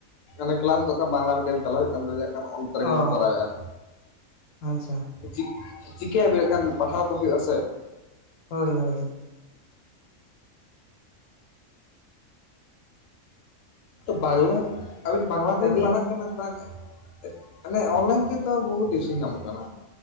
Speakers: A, on the left; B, on the left.
A: ᱢᱟᱱᱮ ᱠᱮᱞᱟᱥ ᱫᱚ ᱠᱷᱟᱱ ᱵᱟᱝᱞᱟ ᱢᱤᱰᱤᱭᱟᱢ ᱪᱟᱞᱟᱜ ᱦᱩᱭᱩᱜ ᱠᱟᱱ ᱛᱟᱞᱤᱧᱟ ᱦᱟᱸᱜ ᱠᱷᱟᱱ ᱾ ᱱᱚᱛᱮ ᱨᱮᱜᱮᱞᱤᱧ
B: ᱚ
A: ᱠᱚᱨᱟᱣ ᱭᱮᱜ-ᱟ᱾
B: ᱟᱪᱪᱷᱟ
A: ᱪᱤᱠ ᱪᱤᱠᱟᱹᱭᱟ ᱵᱮᱱ ᱦᱟᱸᱜ ᱠᱷᱟᱱ ᱯᱟᱲᱦᱟᱣ ᱠᱚ ᱦᱩᱭᱩᱜ-ᱟ ᱥᱮ
B: ᱦᱳᱭ ᱦᱳᱭ
A: ᱵᱟᱝᱞᱟ ᱟᱹᱵᱤᱱ ᱵᱟᱝᱞᱟ ᱛᱮᱵᱤᱱ
B: ᱟᱹᱵᱤᱱ
A: ᱯᱟᱲᱦᱟᱜ ᱠᱟᱱᱟ ᱛᱟᱦᱞᱮ ᱢᱟᱱᱮ ᱚᱱᱞᱟᱭᱤᱱ ᱜᱮᱛᱚ ᱴᱤᱭᱩᱥᱮᱱ ᱧᱟᱢᱚᱜ ᱠᱟᱱᱟ᱾